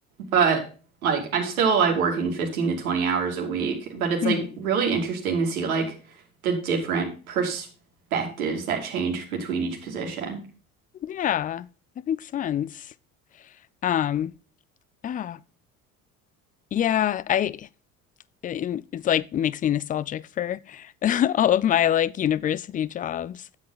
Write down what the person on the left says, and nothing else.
Mm-hmm.
Yeah. That makes sense. Um, ah, yeah, I it, it's like makes me nostalgic for <laughs> all of my like university jobs.